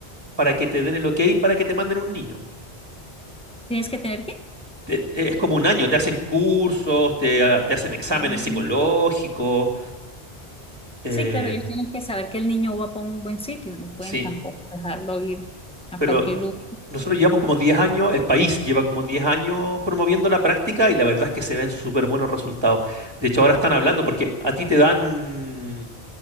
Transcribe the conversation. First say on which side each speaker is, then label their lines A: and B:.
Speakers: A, on the right (about 25°); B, in the centre.
A: para que te den el ok para que te manden un niño.
B: Tienes que tener que,
A: Te- es como un año, te hacen cursos, te, ha- te hacen exámenes
B: Mm.
A: psicológicos. eh,
B: sí, claro, ellos tienen que saber que el niño va para un buen sitio, no pueden
A: sí,
B: tampoco dejarlo ir a
A: pero
B: cualquier
A: n-
B: lugar,
A: nosotros llevamos como 10 años, el país lleva como 10 años promoviendo la práctica y la verdad es que se ven súper buenos resultados. De hecho, ahora están hablando porque a ti te dan